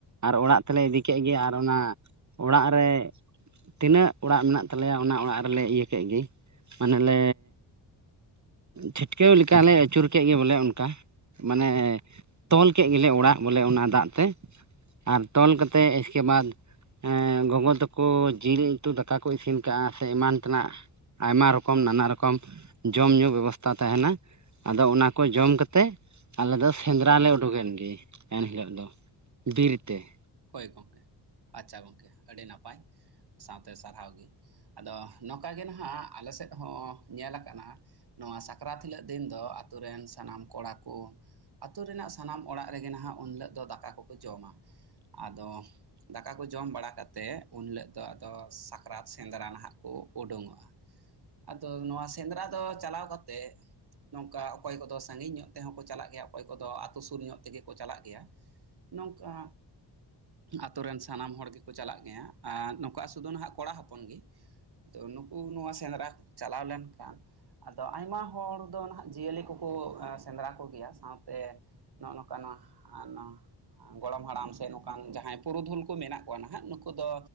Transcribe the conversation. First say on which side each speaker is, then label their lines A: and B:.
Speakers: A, on the right; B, on the right.
A: ᱟᱨ ᱚᱲᱟᱜ ᱛᱮᱞᱮ ᱤᱫᱤ ᱠᱮᱫ ᱜᱮ ᱟᱨ ᱚᱱᱟ ᱚᱲᱟᱜ ᱨᱮ ᱛᱤᱱᱟᱹᱜ ᱚᱲᱟᱜ ᱢᱮᱱᱟᱜ ᱛᱟᱞᱮᱭᱟ ᱚᱱᱟ ᱚᱲᱟᱜ ᱨᱮᱞᱮ ᱤᱭᱟᱹ ᱠᱮᱫ ᱜᱮ, ᱢᱟᱱᱮᱞ ᱞᱮ ᱪᱷᱟᱹᱴᱠᱟᱹᱣ ᱞᱮᱠᱟᱞᱮ ᱟᱹᱪᱩᱨ ᱠᱮᱫ ᱜᱮ ᱵᱚᱞᱮ ᱚᱱᱠᱟ᱾ ᱢᱟᱱᱮ ᱛᱚᱞ ᱠᱮᱫ ᱜᱮᱞᱮ ᱚᱲᱟᱜ ᱵᱚᱞᱮ ᱚᱱᱟ ᱫᱟᱜ ᱛᱮ᱾ ᱟᱨ ᱛᱚᱞ ᱠᱟᱛᱮᱫ ᱤᱥᱠᱮ ᱵᱟᱫ ᱮᱸ ᱜᱚᱜᱚ ᱛᱟᱠᱚ ᱡᱤᱞ ᱩᱛᱩ ᱫᱟᱠᱟ ᱠᱚ ᱤᱥᱤᱱ ᱠᱟᱜ-ᱟ, ᱥᱮ ᱮᱢᱟᱱ ᱛᱮᱱᱟᱜ᱾ ᱟᱭᱢᱟ ᱨᱚᱠᱚᱢ, ᱱᱟᱱᱟ ᱨᱚᱠᱚᱢ ᱡᱚᱢ ᱧᱩ ᱵᱮᱵᱚᱥᱛᱷᱟ ᱛᱟᱦᱮᱱᱟ᱾ ᱟᱫᱚ ᱚᱱᱟ ᱠᱚ ᱡᱚᱢ ᱠᱟᱛᱮ ᱟᱞᱮ ᱫᱚ ᱥᱮᱸᱫᱽᱨᱟ ᱞᱮ ᱩᱰᱩᱠᱮᱱ ᱜᱮ ᱮᱱᱦᱤᱞᱳᱜ ᱫᱚ᱾ ᱵᱤᱨ ᱛᱮ᱾
B: ᱦᱳᱭ ᱜᱚᱢᱠᱮ, ᱟᱪᱪᱷᱟ ᱜᱚᱢᱠᱮ, ᱟᱹᱰᱤ ᱱᱟᱯᱟᱭ ᱥᱟᱶᱛᱮ ᱥᱟᱨᱦᱟᱣ ᱜᱮ᱾ ᱟᱫᱚ ᱱᱚᱝᱠᱟ ᱜᱮ ᱱᱟᱦᱟᱜ ᱟᱞᱮ ᱥᱮᱫ ᱦᱚᱸ ᱧᱮᱞ ᱟᱠᱟᱱᱟ ᱱᱚᱣᱟ ᱥᱟᱠᱨᱟᱛ ᱦᱤᱞᱳᱜ ᱫᱤᱱ ᱫᱚ ᱟᱛᱳ ᱨᱮᱱ ᱥᱟᱱᱟᱢ ᱠᱚᱲᱟ ᱠᱚ ᱟᱹᱛᱩ ᱨᱮᱱᱟᱜ ᱥᱟᱱᱟᱢ ᱚᱲᱟᱜ ᱨᱮᱜᱮ ᱱᱟᱦᱟᱜ ᱩᱱᱦᱤᱞᱳᱜ ᱫᱚ ᱫᱟᱠᱟ ᱠᱚᱠᱚ ᱡᱚᱢᱟ, ᱟᱫᱚ ᱫᱟᱠᱟ ᱠᱚ ᱡᱚᱢ ᱵᱟᱲᱟ ᱠᱟᱛᱮ ᱩᱱ ᱦᱤᱞᱳᱜ ᱫᱚ ᱟᱫᱚ ᱥᱟᱠᱨᱟᱛ ᱥᱮᱸᱫᱽᱨᱟ ᱱᱟᱦᱟᱜ ᱠᱚ ᱩᱰᱩᱝᱚᱜᱼᱟ᱾ ᱟᱫᱚ ᱱᱚᱣᱟ ᱥᱮᱸᱫᱽᱨᱟ ᱫᱚ ᱪᱟᱞᱟᱣ ᱠᱟᱛᱮᱜ ᱱᱚᱝᱠᱟ ᱚᱠᱚᱭ ᱠᱚᱫᱚ ᱥᱟᱺᱜᱤᱧ ᱧᱚᱜ ᱛᱮᱦᱚᱸ ᱠᱚ ᱪᱟᱞᱟᱜ ᱜᱮᱭᱟ, ᱚᱠᱚᱭ ᱠᱚᱫᱚ ᱟᱹᱛᱩ ᱥᱩᱨ ᱧᱚᱜ ᱛᱮᱜᱮ ᱠᱚ ᱪᱟᱞᱟᱜ ᱜᱮᱭᱟ᱾ ᱱᱚᱝᱠᱟ ᱟᱛᱳ ᱨᱮᱱ ᱥᱟᱱᱟᱢ ᱦᱚᱲ ᱜᱮᱠᱚ ᱪᱟᱞᱟᱜ ᱜᱮᱭᱟ, ᱟ ᱱᱚᱝᱠᱟ-ᱟ ᱥᱩᱫᱩ ᱱᱟᱦᱟᱸᱜ ᱠᱚᱲᱟ ᱦᱚᱯᱚᱱ ᱜᱮ᱾ ᱛᱚ ᱱᱩᱠᱩ ᱱᱚᱣᱟ ᱥᱮᱸᱫᱽᱨᱟ ᱪᱟᱞᱟᱣ ᱞᱮᱱᱠᱷᱟᱱ ᱟᱫᱚ ᱟᱭᱢᱟ ᱦᱚᱲ ᱫᱚ ᱱᱟᱦᱟᱜ ᱡᱤᱭᱟᱹᱞᱤ ᱠᱚᱠᱚ ᱮᱸ ᱥᱮᱸᱫᱽᱨᱟ ᱠᱚᱜᱮᱭᱟ ᱥᱟᱶᱛᱮ ᱱᱚᱜᱼᱚ ᱱᱚᱝᱠᱟ ᱱᱚᱣᱟ ᱟ ᱱᱚᱣᱟ ᱜᱚᱲᱚᱢ ᱦᱟᱲᱟᱢ ᱥᱮ ᱱᱚᱝ ᱵᱟᱝ ᱡᱟᱦᱟᱸᱭ ᱯᱩᱨᱩᱫᱷᱩᱞ ᱠᱚ ᱢᱮᱱᱟᱜ ᱠᱚᱣᱟ ᱱᱟᱦᱟᱜ ᱱᱩᱠᱩ ᱫᱚ